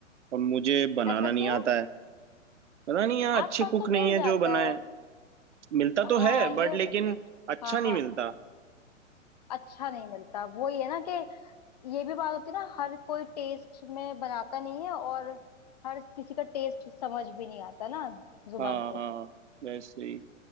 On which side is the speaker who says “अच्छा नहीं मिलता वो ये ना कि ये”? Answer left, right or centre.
Left